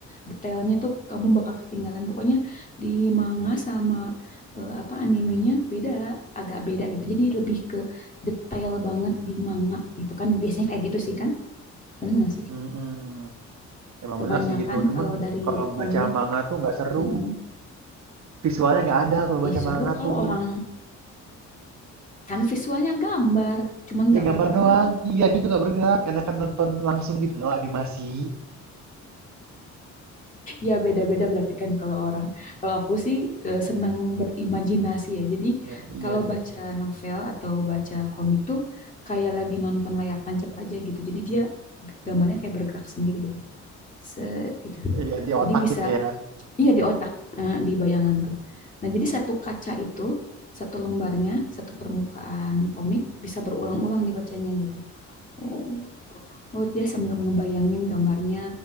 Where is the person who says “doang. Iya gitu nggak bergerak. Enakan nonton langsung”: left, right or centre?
Right